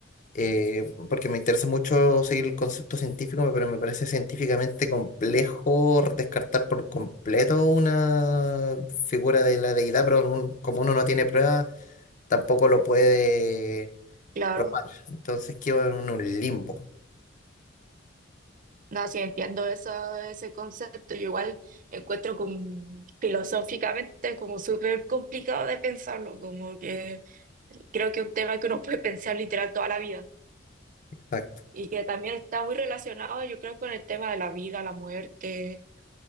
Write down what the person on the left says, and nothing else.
eh, porque me interesa mucho seguir el concepto científico, pero me parece científicamente complejo descartar por completo una figura de la deidad, pero un- como uno no tiene pruebas, tampoco lo puede
probar. Entonces quedo en un limbo.
Exacto.